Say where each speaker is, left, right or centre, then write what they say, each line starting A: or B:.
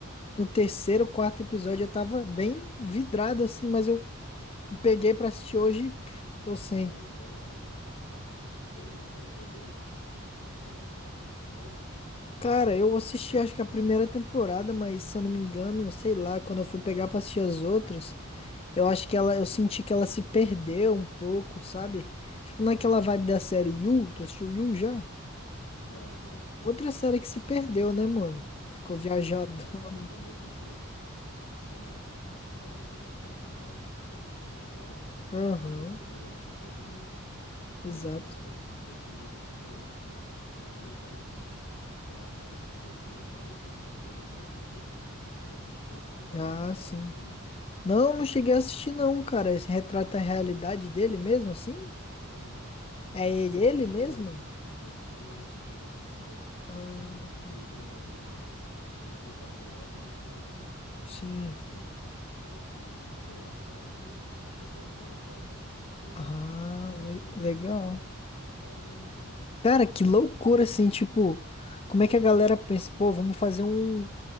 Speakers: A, on the left; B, on the left.
A: no terceiro, quarto episódio, eu tava bem vidrado assim, mas eu peguei pra assistir hoje e pff, tô sem.
B: Se eu não me engano, a última série que eu assisti foi Outer Banks. Já, já ouviu falar sobre essa série?
A: Cara, eu assisti acho que a primeira temporada, mas se eu não me engano, sei lá, quando eu fui pegar pra assistir as outras, eu acho que ela, eu senti que ela se perdeu um pouco, sabe? Tipo, naquela
B: É.
A: vibe da série You, tu assistiu You já?
B: Já, já.
A: Outra série que se perdeu, né, mano? Ficou
B: Sim,
A: viajadona.
B: <laughs> cara, no começo você, você vicia na, na, na série ali, né, por causa do caso do, do cara,
A: Aham.
B: e depois ela se perde muito.
A: Exato.
B: Mas assim, cara, n- nesse mundo dos filmes, um, um documentário que foi lançado recentemente mesmo, foi o do Vinícius Júnior, não sei se você já assistiu, do Baila,
A: Ah,
B: Baila
A: sim.
B: Vini.
A: Não, não cheguei a assistir não, cara. Esse retrata a realidade dele mesmo, assim?
B: É,
A: É
B: é, é
A: ele,
B: como a rotina,
A: ele mesmo?
B: a rotina dele, entendeu?
A: Ah,
B: É, desde quando ele entrou no Real Madrid, esse documentário foi gravado tem muito tempo, né?
A: sim.
B: E assim, agora que, que foi lançado, mas assim, mostra toda a trajetória dele quando ele
A: Ah,
B: era criticado
A: le-
B: e hoje
A: legal.
B: em dia ele tá, tá bailando, entendeu?
A: Cara, que loucura, assim, tipo, como é que a galera pensa, pô, vamos fazer um,